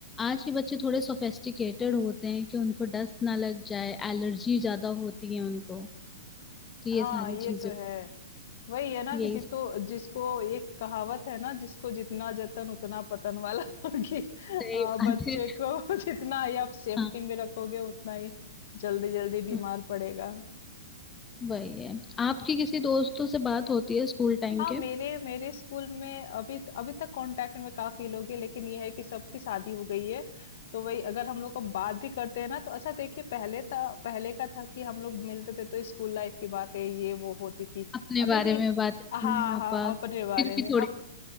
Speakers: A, on the left (about 15°); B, on the left (about 50°).
A: आज के बच्चे थोड़े सोफेस्टिकेटेड होते हैं कि उनको डस्ट ना लग जाए एलर्जी ज्यादा होती है उनको तो ये
B: हाँ
A: सारी
B: ये
A: चीजें
B: तो है वही है ना
A: यही
B: कि जितो जिसको एक कहावत है ना जिसको जितना जतन उतना पतन वाला <laughs> कि
A: सही
B: आ,
A: बात
B: बच्चे
A: है
B: को <laughs> जितना ही आप सेफ्टी
A: हाँ
B: में रखोगे उतना ही जल्दी जल्दी बीमार
A: हम्म,
B: पड़ेगा
A: वही है आपकी किसी दोस्तों से बात होती है स्कूल टाइम
B: हाँ
A: के
B: मेरे मेरे स्कूल में अभी अभी तक कांटेक्ट में काफी लोग हैं लेकिन ये है कि सबकी शादी हो गई है तो वही अगर हम लोग को बात भी करते हैं ना तो अच्छा देखिए पहले था पहले का था कि हम लोग मिलते थे तो स्कूल लाइफ की बातें ये वो होती थी
A: अपने
B: अभी
A: बारे
B: भी
A: में बात
B: हाँ
A: मम्मी पापा
B: हाँ अपने
A: फिर
B: बारे
A: भी
B: में
A: थोड़ी
B: अब